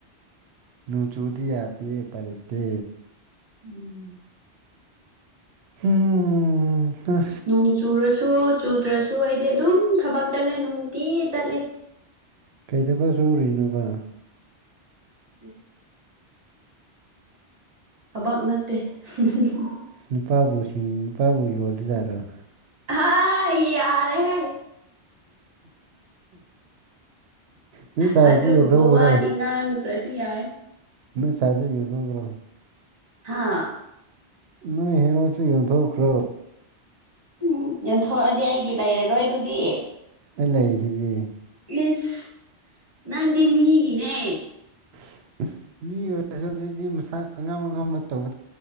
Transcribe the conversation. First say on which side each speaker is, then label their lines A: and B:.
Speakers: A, on the right; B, on the right.
A: ꯅꯣꯡ ꯆꯨꯔꯗꯤ ꯌꯥꯗꯦ ꯑꯨꯄꯥꯢ ꯂꯩꯇꯦ꯫
B: ꯎꯝ
A: ꯎꯝ ꯍꯥ
B: ꯅꯣꯡ ꯆꯨꯔꯁꯨ ꯆꯨꯗ꯭ꯔꯁꯨ ꯑꯩꯗꯤ ꯑꯗꯨꯝ ꯊꯕꯛ ꯆꯠꯂꯦ ꯅꯨꯡꯇꯤ ꯆꯠꯂꯦ꯫
A: ꯀꯩ ꯊꯕꯛ ꯁꯨꯔꯤꯅꯣꯕ
B: ꯏꯁ ꯊꯕꯛ ꯅꯠꯇꯦ ꯍꯨꯝ ꯍꯨꯝ
A: ꯅꯨꯄꯥꯕꯨ ꯁꯤ ꯅꯨꯄꯥꯕꯨ ꯌꯣꯜꯂꯤꯖꯥꯠꯂꯥ
B: ꯍꯥꯥꯏ ꯌꯥꯔꯦꯍꯦ
A: ꯅꯣꯏ ꯁꯥꯏꯁꯨ
B: ꯑꯗꯨꯒꯨꯝꯕ
A: ꯌꯦꯟꯊꯣꯛꯈ꯭ꯔꯣ꯫
B: ꯋꯥꯗꯤ ꯉꯥꯡꯗ꯭ꯔꯁꯨ ꯌꯥꯏ
A: ꯅꯣꯢ ꯁꯥꯢꯁꯨ ꯌꯦꯡꯊꯣꯛꯈ꯭ꯔꯣ꯫
B: ꯍꯥꯥ
A: ꯅꯣꯏ ꯍꯦꯔꯣꯁꯨ ꯌꯣꯟꯊꯧꯛꯈ꯭ꯔꯣ꯫
B: ꯎꯝ ꯌꯣꯟꯊꯣꯛꯑꯗꯤ ꯑꯩꯒꯤ ꯂꯩꯔꯔꯣꯏ ꯑꯗꯨꯗꯤ
A: ꯑꯩ ꯂꯩꯁꯤꯗꯤ꯫
B: ꯏꯁ ꯅꯪꯗꯤ ꯃꯤꯒꯤꯅꯦ꯫
A: <inaudible> ꯃꯤ ꯑꯣꯏꯔꯁꯨ ꯍꯧꯖꯤꯛꯇꯤ ꯃꯁꯥ ꯑꯉꯝ ꯑꯉꯝꯕ ꯇꯧꯕ